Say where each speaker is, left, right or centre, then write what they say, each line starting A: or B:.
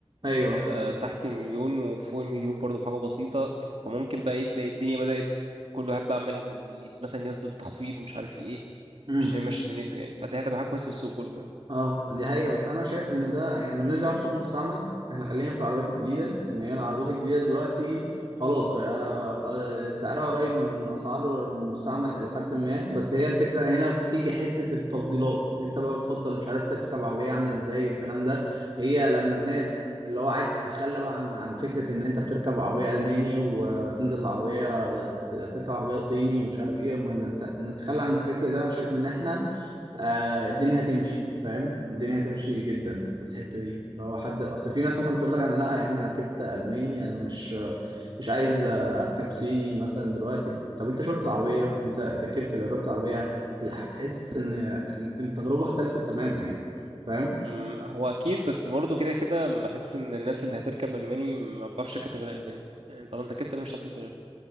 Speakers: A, on the right; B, on the right.
A: ايوه
B: آه، تحت المليون وفوق المليون برضه بحاجة بسيطة فممكن بقى إيه تلاقي الدنيا بدأت كل واحد بقى عمال ي- مثلا ينزل تخفيض مش عارف ايه
A: امم.
B: مش ماشي دنيته يعني فدي هتبقى حاجة كويسة في السوق كله يعني
A: اه دي حقيقة بس انا شايف ان ده يعني ملناش دعوة بسوق المستعمل احنا خلينا في العربيات الجديدة ان هي العربيات الجديدة دلوقتي خلاص بقى آه، سعرها قريب من اسعار المستعمل الى حد ما بس هي الفكرة هنا بتيجي حتة التفضيلات انت بقى بتفضل مش عارف تركب عربية عاملة ازاي الكلام ده هي لما الناس اللي هو عايز تتخلى بقى عن عن فكرة ان انت بتركب عربية الماني وتنزل العربية تركب عربية صيني ومش عارف ايه لما نت- نتخلى عن الفكر ده انا شايف ان احنا آه الدنيا هتمشي فاهم الدنيا هتمشي جدا في الحته دي اللي هو حد اصل في ناس مثلا بتقول لك انا لا يا عم انا ركبت الماني انا مش مش عايز آه، اركب صيني مثلا دلوقتي طب انت شفت العربيه انت ركبت جربت عربيه هت- هتحس ان التجربه اختلفت تماما يعني فاهم
B: أمم، هو أكيد بس برضه كده كده بحس إن الناس اللي هتركب ألماني ما بتعرفش تركب غير الألماني يعني طالما أنت ركبت ألماني مش هتعرف تركب غيره